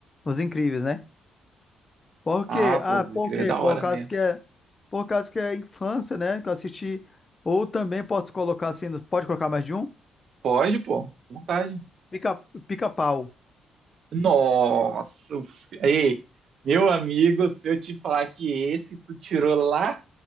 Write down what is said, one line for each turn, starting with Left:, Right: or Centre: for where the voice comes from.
Left: Os incríveis, né? Por
Right: Ah,
Left: quê?
Right: pô,
Left: Ah,
Right: escrever
Left: por quê?
Right: é da
Left: Por
Right: hora
Left: causa
Right: mesmo.
Left: que é, por causa que é infância, né? Que eu assisti. Ou também posso colocar assim, no- pode colocar mais de um?
Right: Pode, pô, fica à vontade.
Left: Pica, pica-pau.
Right: Nossa, o fi- ei, meu amigo, se eu te falar que esse tu tirou lá